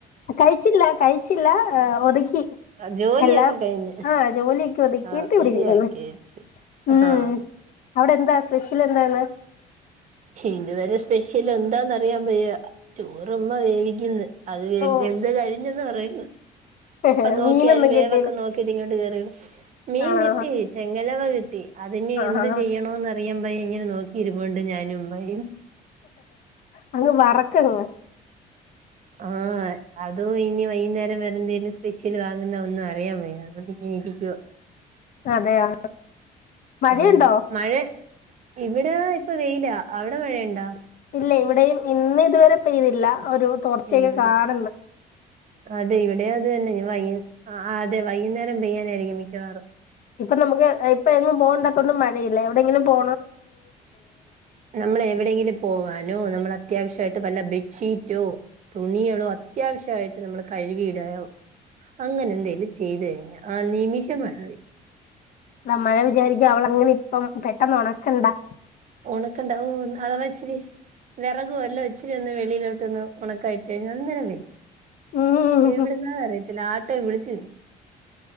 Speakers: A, on the left (about 55°); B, on the right (about 45°).
A: കഴിച്ചില്ല കഴിച്ചില്ല ഒതുക്കി
B: ജോലിയൊക്കെ
A: എല്ലാം
B: കഴിഞ്ഞ്
A: ആഹ ജോലിയൊക്കെ ഒതുക്കിട്ട
B: ആഹ്
A: ഇവിടരിക്കന്ന്
B: റെഡിയാക്കി വെച്ച്
A: ഉം
B: ആഹ്
A: അവിടെ എന്താ സ്പെഷ്യൽ എന്തായിന്ന്
B: ഇതുവരെ സ്പെഷ്യൽ എന്താന്ന് അറിയാൻ പോയ ചോറമ്മ വേവിക്കുന്നു അത് വേ
A: ഓ
B: എന്താ കഴിഞ്ഞന്ന് പറയുന്നു
A: <unintelligible>
B: ഇപ്പൊ നോക്കി
A: മീനൊന്നും
B: അരി വേവൊക്കെ
A: കിട്ടിയില്ല
B: നോക്കിട്ട് ഇങ്ങോട്ട് കേയറ മീൻ
A: ആണോ
B: കിട്ടി ചെങ്ങലവ കിട്ടി അതി ഇെ
A: ആഹ്
B: എന്ത്
A: ആഹ്
B: ചെയ്യണോന്ന്റിയാൻ ഭൈ ഇങ്ങനെ നോക്കി ഇരുണ്ട് ഞാനും ഭൈ
A: അങ്ങ് വറക്കങ്
B: ആഹ അത ഇനി വൈകുന്നേരം വറെന്തേിലും സ്പെഷ്യൽാങ്ങുന്ന ഒന്നും അിയൻ പോ അത ഇരിക്കുവാ
A: അതെയോ മഴയുണ്ടോ
B: ഏ മഴ ഇവിടെ ഇപ്പൊ വെയില അവിടെ മഴയണ്ടാ
A: ഇല്ല ഇവിടെയും ഇന്ന് ഇതുവരെ പെയ്തില്ല ഒരു തോർച്ച
B: വെയിലില്ല
A: ച്ചയക്കെ കാണന്ന്
B: അതെ ഇവിടെ അത് തന്നെ വൈക അതെ വൈകുന്നേരം പെയ്യാനായിരിക്കും മിക്കവാറും
A: ഇപ്പൊ നമുക്ക് ഇപ്പ എങ്ങും പോണ്ടത്തതൊണ്ട് മഴയില്ല എവിടെയെങ്കിലും പോ
B: നമ്മൾ എവിടെയെങ്കിലും പോവാനോ നമ്മള അത്യാവശ്യമായിട്ട് വല്ല ബെഡ്ഷീറ്റോ തുണികളോ അത്യാവശ്യമായിട്ട് നമ്മള് കഴുകിയിടുക അങ്ങനെന്തേലും ചെയ്തു കഴിഞ്ഞ ആ നിമിഷ മഴ
A: ഇ മഴ വിചാരിക്കുക അവള അങ്ങനെ ഇപ്പം പെട്ടെന്ന് ഉണക്കണ്ടാ
B: ണക്കെണ്ട അത വച്ചിരി വിറകുവല്ലാം ഒച്ചിരി ഒന്ന് വെളിയിലോട്ട് ഒന്ന് ഉണക്കായിട്ട് കഴിഞ്ഞാൽ അന്നരം വരും
A: ഉം
B: എവിടുന്നാ അറിയത്തില്ല ആട്ടയുംവിളിച്ചു വരും